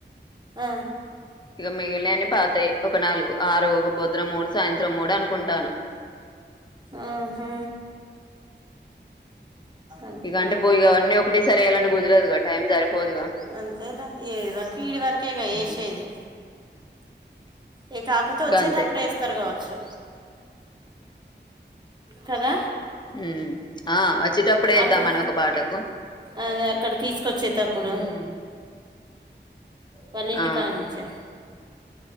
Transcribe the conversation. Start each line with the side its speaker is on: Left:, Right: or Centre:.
Right: ఆ
Left: ఇగ మిగిలిన అన్ని పాతాయి ఒక నాలుగు ఆరు ఒక పొద్దున మూడు సాయంత్రం మూడు అనుకుంటాను
Right: ఆ హ అట్లనా
Left: ఇగ అంటే పో ఇగ అన్నీ ఒకటేసారి ఎయ్యాలంటే కుదరదుగా టైం సరిపోదుగా
Right: అంతేలే ఏడు వరకు ఈడ వరకే గ ఏసేది
Left: ఉమ్,
Right: ఇగ కాకపోతే వచ్చేతప్పుడు
Left: గంతే
Right: ఏస్తారు కావచ్చు కదా
Left: మ్మ్ ఆ వచ్చేటప్పుడే
Right: అక్కడ
Left: ఏద్దామని ఒక పాటకు
Right: అదే అక్కడ తీసుకొచ్చేటప్పుడు
Left: హ్మ్.
Right: వాళ్ళ ఇంటి
Left: ఆ!
Right: కానించా